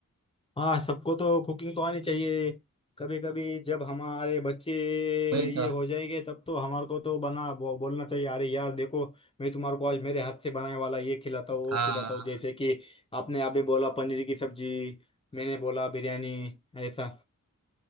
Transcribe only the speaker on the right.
वही तो
हाँ